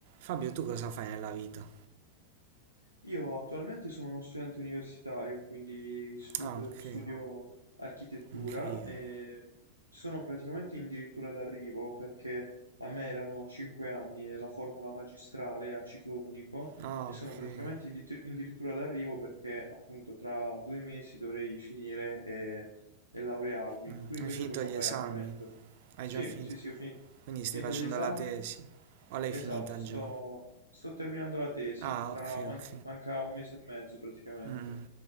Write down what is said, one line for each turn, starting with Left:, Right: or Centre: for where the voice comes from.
Right: Fabio, tu cosa fai nella vita?
Left: Io attualmente sono uno studente universitario, quindi studio,
Right: Ah, ok,
Left: studio architettura
Right: anche io.
Left: e mh, sono praticamente addirittura d'arrivo perché a me erano 5 anni e la formula magistrale a ciclo unico
Right: Ah,
Left: e
Right: ok.
Left: sono praticamente addirittura d'arrivo perché appunto tra due mesi dovrei finire e, e laurearmi.
Right: Mm,
Left: Tu invece
Right: Hai finito
Left: cosa
Right: gli
Left: fai
Right: esami?
Left: al momento?
Right: Hai
Left: Sì,
Right: già finito?
Left: sì, sì, ho finito,
Right: Quindi stai
Left: finito
Right: facendo
Left: gli esami.
Right: la tesi? O l'hai
Left: Esatto,
Right: finita
Left: sto,
Right: già?
Left: Sto terminando la tesi,
Right: Ah,
Left: tra
Right: ok,
Left: man-
Right: ok.
Left: manca un mese e mezzo praticamente.
Right: Mm.